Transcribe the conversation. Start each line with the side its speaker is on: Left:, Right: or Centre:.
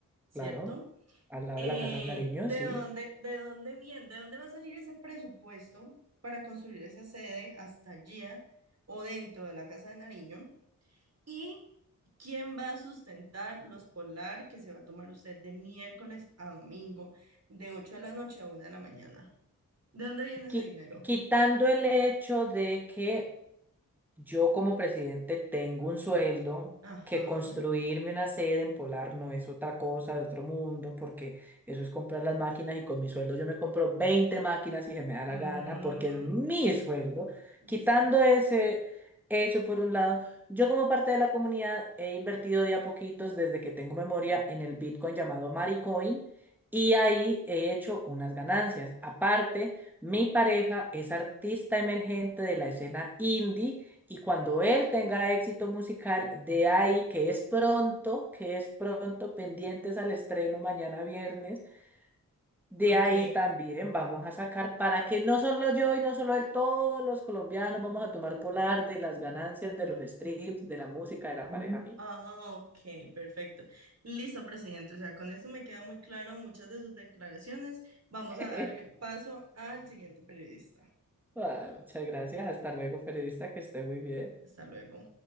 Right: ¿cierto?
Centre: claro, al lado
Right: Eh,
Centre: de la casa de Nariño,
Right: ¿de
Centre: sí.
Right: dónde, de dónde viene, de dónde va a salir ese presupuesto para construir esa sede hasta allí o dentro de la Casa de Nariño? ¿Y quién va a sustentar los polar que se va a tomar usted de miércoles a domingo, de 8 de la noche a una de la mañana? ¿De dónde viene ese
Centre: Qui-
Right: dinero?
Centre: quitando el hecho de que Yo como presidente tengo un sueldo
Right: Ajá.
Centre: que construirme una sede en Polar no es otra cosa de otro mundo, porque eso es comprar las máquinas y con mi sueldo yo me compro 20 máquinas si se me da la
Right: Mm,
Centre: gana, porque es mi sueldo.
Right: listo.
Centre: Quitando ese hecho por un lado, yo como parte de la comunidad he invertido de a poquitos desde que tengo memoria en el Bitcoin llamado Maricoin y ahí he hecho unas ganancias. Aparte, mi pareja es artista emergente de la escena indie y cuando él tenga éxito musical, de ahí que es pronto, que es pronto, pendientes al estreno mañana viernes, de
Right: Ok.
Centre: ahí también vamos a sacar para que no solo yo y no solo él, todos los colombianos vamos a tomar polar de las ganancias de los streams, de la música, de la pareja mía.
Right: Ah, ok, perfecto. Listo, presidente. O sea, con esto me queda muy claro muchas de sus declaraciones. Vamos
Centre: <laughs>
Right: a dar paso al siguiente periodista.
Centre: Ah, muchas gracias, hasta luego, periodista, que esté muy bien.
Right: Hasta luego.